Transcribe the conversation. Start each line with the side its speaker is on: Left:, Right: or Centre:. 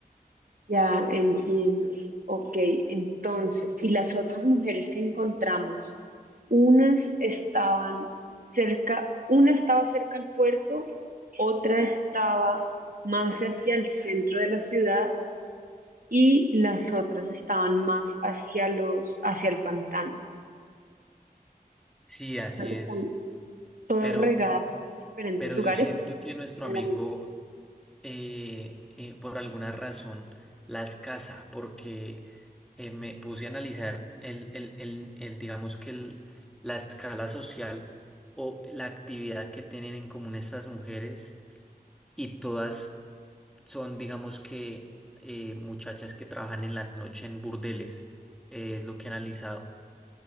Right: Ya entiendo. Ok, entonces, ¿y las otras mujeres que encontramos? Unas estaban cerca, una estaba cerca al puerto, otra estaba más hacia el centro de la ciudad y las otras estaban más hacia los, hacia el pantano.
Centre: Sí, así
Right: O sea, que
Centre: es.
Right: están todas
Centre: Pero
Right: regadas en diferentes
Centre: Pero
Right: lugares
Centre: yo siento que nuestro
Right: en
Centre: amigo,
Right: la misma.
Centre: eh, eh, por alguna razón, las casa, porque eh, me puse a analizar el, el- el- el, digamos que el- la escala social o la actividad que tienen en común estas mujeres y todas son, digamos que, eh, muchachas que trabajan en la noche en burdeles, eh, es lo que he analizado.